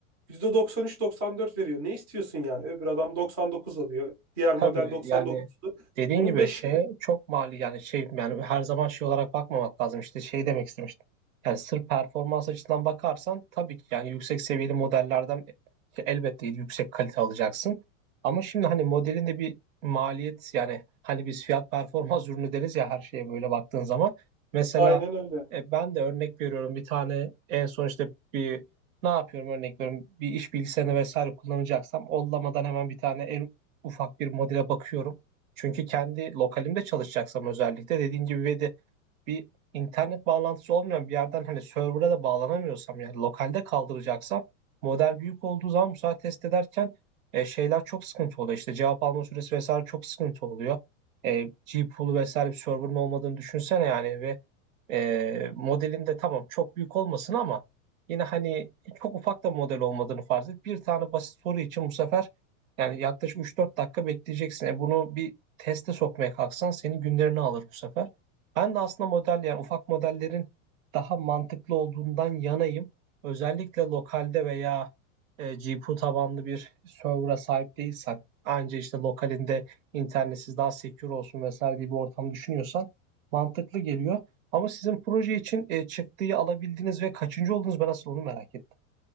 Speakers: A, on the right; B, on the right.
A: %93-94 veriyor. Ne istiyorsun yani? Öbür adam 99 alıyor. Diğer
B: Tabii
A: model 99'du.
B: yani dediğin
A: Onun
B: gibi
A: 5
B: şey çok mali yani şey yani her zaman şey olarak bakmamak lazım işte şey demek istemiştim. Yani sırf performans açısından bakarsan tabii ki yani yüksek seviyeli modellerden e, elbette yüksek kalite alacaksın. Ama şimdi hani modelin de bir maliyet yani hani biz fiyat performans ürünü deriz ya her şeye böyle baktığın zaman. Mesela
A: Aynen öyle.
B: e, ben de örnek veriyorum bir tane en son işte bir ne yapıyorum örnek veriyorum bir iş bilgisayarını vesaire kullanacaksam ollamadan hemen bir tane ufak bir modele bakıyorum. Çünkü kendi lokalimde çalışacaksam özellikle dediğin gibi bir internet bağlantısı olmayan bir yerden hani server'a da bağlanamıyorsam yani lokalde kaldıracaksam model büyük olduğu zaman bu sefer test ederken e, şeyler çok sıkıntı oluyor. İşte cevap alma süresi vesaire çok sıkıntı oluyor. E, gPoo'lu vesaire bir server'ın olmadığını düşünsene yani ve e, modelin de tamam çok büyük olmasın ama yine hani çok ufak da model olmadığını farz et. Bir tane basit soru için bu sefer yani yaklaşık üç dört dakika bekleyeceksin. E, bunu bir teste sokmaya kalksan senin günlerini alır bu sefer. Ben de aslında model yani ufak modellerin daha mantıklı olduğundan yanayım. Özellikle lokalde veya e, GPU tabanlı bir server'a sahip değilsen, anca işte lokalinde internetsiz daha secure olsun vesaire diye bir ortam düşünüyorsan mantıklı geliyor. Ama sizin proje için e, çıktıyı alabildiniz ve kaçıncı oldunuz ben aslında onu merak ettim.